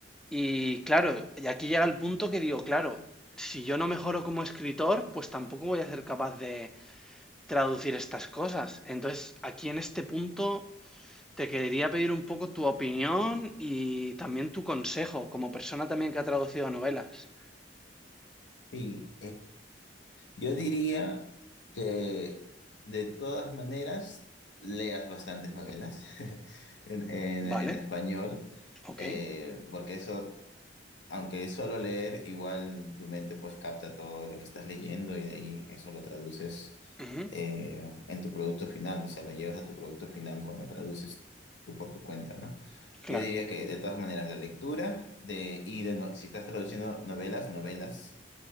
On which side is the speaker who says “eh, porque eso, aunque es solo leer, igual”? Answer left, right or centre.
Left